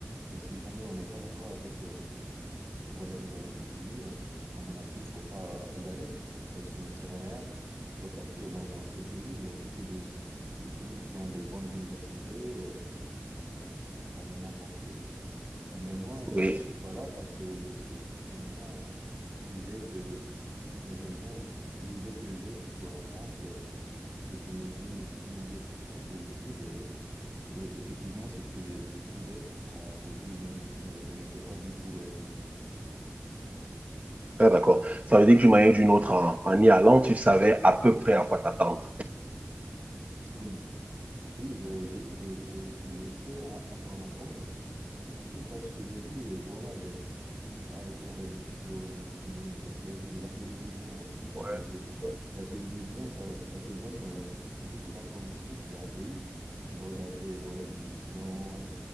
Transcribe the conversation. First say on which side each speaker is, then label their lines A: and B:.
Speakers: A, on the right (about 80°); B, on the right (about 40°).
A: et si jamais on n'est pas d'accord avec, euh, voilà, les valeurs du pays, on- à mon avis, il faut pas y aller, ça, ça ne sert à rien, il faut partir dans un autre pays, et beaucoup de, de pays qui ont des bonnes universités. euh, dans le monde entier. Mais moi, j'ai
B: oui.
A: fait ce choix-là parce que j'aime bien l'idée que j'aime bien l'idée que j'ai sur la France. Euh, C'était une, une, une idée très très positive et, et effectivement, c'est ce que j'ai j'ai trouvé quand je suis venu. Euh, Je n'étais pas du tout euh, déçu.
B: Ah, d'accord. Ça veut dire que d'une manière ou d'une autre, en, en y allant, tu savais à peu près à quoi t'attendre.
A: Oui, oui, je, je, je, je, je sais à, à quoi m'attendre <clears throat> parce que j'ai vu, euh, voilà, les, avec les réseaux sociaux, les films, les séries, la télévision aussi.
B: Ouais,
A: Euh, j'ai-
B: ouais,
A: La télévision, ça, ça te donne euh, beaucoup d'informations sur un pays, de regarder voilà, les émissions, euh,